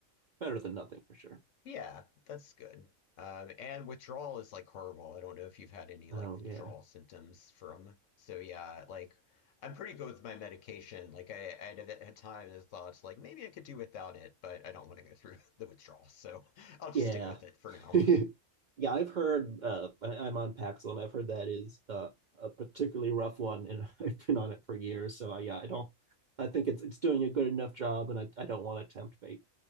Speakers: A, on the right; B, on the left.
A: better than nothing for sure
B: Yeah, that's good. Um, and withdrawal is like horrible. I don't know if you've had any
A: oh
B: like withdrawal
A: yeah
B: symptoms from. So yeah, like I'm pretty good with my medication. Like I, I had at times I thought like maybe I could do without it, but I don't want to go through <laughs> the withdrawal, so <laughs> I'll just
A: yeah
B: stick with it for
A: <laughs>
B: now.
A: yeah i've heard uh I, i'm on paxil and i've heard that is uh a particularly rough one and <laughs> i've been on it for years so I, yeah i don't i think it's it's doing a good enough job and i, I don't want to tempt fate